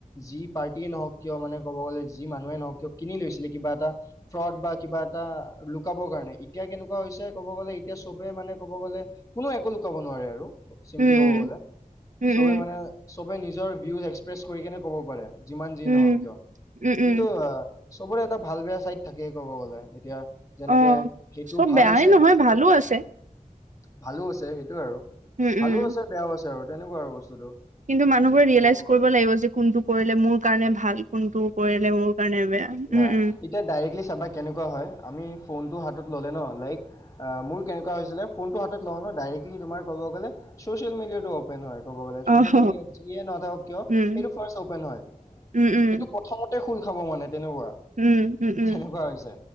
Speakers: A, on the left (about 25°); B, on the right (about 60°).
A: যি পাৰ্টিয়ে নহওক কিয় মানে ক'ব গ'লে যি মানুহে নহওক কিয় কিনি লৈছিলে কিবা এটা ফ্ৰড বা কিবাট এটা লুকাবৰ কাৰণে। এতিয়া কেনেকুৱা হৈছে ক'ব গ'লে এতিয়া চবে মানে ক'ব গ'লে কোনো একো লোকাব নোৱাৰে আৰু। চিম্পলি
B: উম,
A: কব
B: উম,
A: গ'লে।
B: উম,
A: চবে
B: উম,
A: মানে চবে নিজৰ ভিউজ এক্সপ্ৰেছ কৰি কেনে ক'ব পাৰে। যিমান যি
B: উম,
A: নহওক কিয়।
B: উম, উম,
A: কিন্তু চবৰে এটা ভাল বেয়া চাইড থাকেই ক'ব গ'লে। এতিয়া যেনেকে
B: অ
A: সেইটো
B: চব
A: ভাল
B: বেয়াই
A: হৈছে
B: নহয়
A: কিন্তু
B: ভালো আছে
A: ভালো আছে সেইটোয়ে আৰু।
B: উম
A: ভালো
B: উম
A: আছে বেয়াও আছে আৰু তেনেকোৱা আৰু বস্তুটো।
B: কিন্তু মানুহবোৰে
A: চিম্পলি
B: ৰিয়েলাইজ
A: ক'ব গ'লে
B: কৰিব লাগিব যে কোনটো কৰিলে মোৰ কাৰণে ভাল কোনটো কৰিলে মোৰ কাৰণে বেয়া।
A: এতিয়া
B: উম উম
A: এতিয়া ডাইৰেক্টলি চাবা কেনেকোৱা হয় আমি ফোনটো হাতত ল'লে ন লাইক অ মোৰ কেনেকোৱা হৈছিলে ফোনটো হাতত লও ন ডাইৰেক্টলি তোমাৰ ক'ব গ'লে ছ'চিয়েল মিডিয়াটো অ পেন হয় কব গলে চচিয়েল
B: অহ
A: মিডিয়াত যিয়ে নাথাকক কিয়
B: উম
A: এইটো ফাৰ্ষ্ট অপেন হয়।
B: উম উম
A: সেইটো প্ৰথমতে খোল খাব মানে তেনেকোৱা,
B: উম উম উম
A: তেনেকোৱা হৈছে।